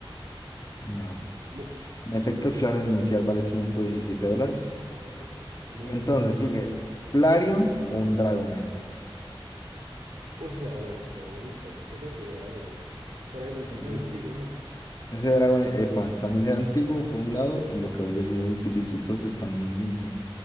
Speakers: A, on the left; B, on the right.
A: Va.
B: No.
A: En efecto, el Flareon inicial vale 117 dólares.
B: Ok, menos
A: Y entonces
B: mal.
A: sigue Flareon o un Dragonite.
B: Uy, ese Dragonite se ve bonito. Yo creo que ese Dragonite. Ese Dragonite también
A: Ese
B: se ve antiguo, ¿no?
A: ese Dragonite, epa, también sea antiguo por un lado y lo que vos decís, esos brillitos están muy lindos.